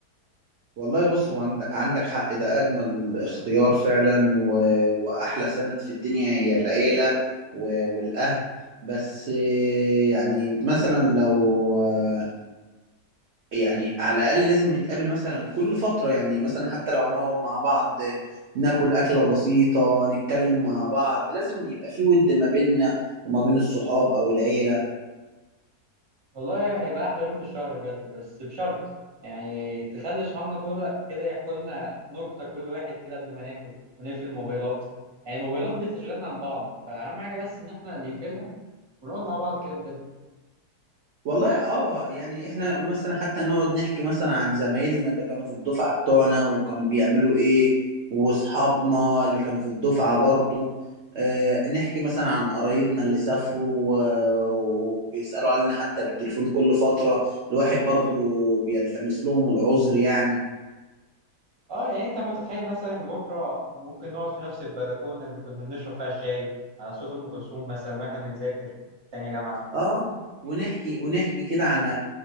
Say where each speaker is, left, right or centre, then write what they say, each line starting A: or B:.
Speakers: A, on the right; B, on the right.
A: والله بص هو عند- عندك حق ده أجمل اختيار فعلا و... وأحلى سند في الدنيا هي العيلة و... والأهل بس آه، يعني مثلا لو آه، يعني على الأقل لازم نتقابل مثلا كل فترة يعني مثلا حتى لو هنقعد مع بعض آه، ناكل أكلة بسيطة نتكلم مع بعض لازم يبقى في ود ما بيننا وما بين الصحاب أو العيلة
B: والله هيبقى احلى يوم في الشهر بجد بس بشرط يعني تخلي اصحابنا كل كده يحكوا لنا نكته كل واحد كده قبل ما ناكل ونقفل الموبايلات يعني الموبايلات بتشغلنا عن بعض فاهم حاجه بس ان احنا نقفلها ونقعد مع بعض كده بجد
A: والله اه يعني احنا مثلا حتى نقعد نحكي مثلا عن زمايلنا اللي كانوا في الدفعة بتوعنا وكانوا بيعملوا ايه واصحابنا اللي كانوا في الدفعة برضو آه نحكي مثلا عن قرايبنا اللي سافروا و- وبيسألوا علينا حتى بالتليفون كل فترة الواحد برضو بيلتمس لهم العذر يعني
B: اه يعني انت متخيل مثلا ان بكره ممكن نقعد في نفس البلكونه اللي كنا بنشرب فيها الشاي على صوت ام كلثوم مثلا واحنا بنذاكر في تانية جامعه
A: اه ونحكي ونحكي كده عن